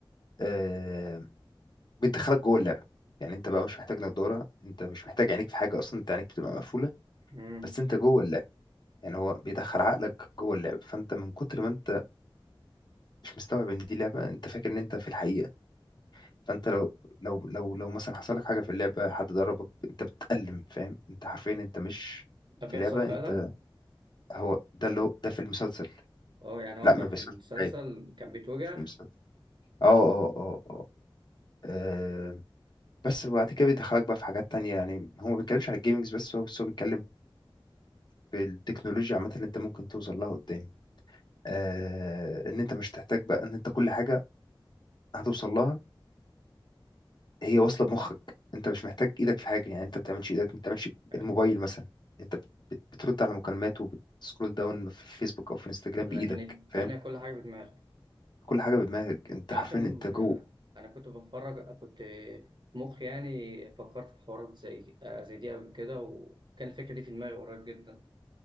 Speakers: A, on the left; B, on the right.
A: آه، بتدخلك جوه اللعبه يعني انت بقى مش محتاج نضاره انت مش محتاج عينيك في حاجه اصلا انت عينيك بتبقى مقفوله
B: امم
A: بس انت جوه اللعبه يعني هو بيدخل عقلك جوه اللعبه فانت من كتر ما انت مش مستوعب ان دي لعبه انت فاكر ان انت في الحقيقه فانت لو لو لو لو مثلا حصل لك حاجه في اللعبه حد ضربك انت بتتألم فاهم انت حرفيا انت مش
B: طب
A: في
B: بيحصل
A: لعبه
B: فعلا
A: انت هو ده اللي هو ده في المسلسل
B: اه يعني هو
A: لا
B: كان
A: ما بيحصلش
B: في المسلسل
A: معايا
B: كان بيتوجع
A: في المسلسل اه اه اه اه آه، بس وبعد كده بيدخلك بقى في حاجات تانية يعني هو ما بيتكلمش على الجيمنجز بس هو بس هو بيتكلم في التكنولوجيا عامة اللي انت ممكن توصل لها قدام آه ان انت مش تحتاج بقى ان انت كل حاجة هتوصل لها هي واصله بمخك انت مش محتاج ايدك في حاجه يعني انت ما بتعملش ايدك ما بتعملش
B: أيوة.
A: الموبايل مثلا انت بت- بت- بترد على مكالمات وبتسكرول داون في فيسبوك او في انستجرام
B: لكن
A: بايدك
B: التانية
A: فاهم
B: كل حاجة بدماغه
A: كل حاجه بدماغك انت
B: انت عارف
A: عارفين
B: ان
A: انت جو
B: انا كنت بتفرج كنت مخي يعني فكرت في حوارات زي زي دي قبل كده وكان الفكره دي في دماغي قريب جدا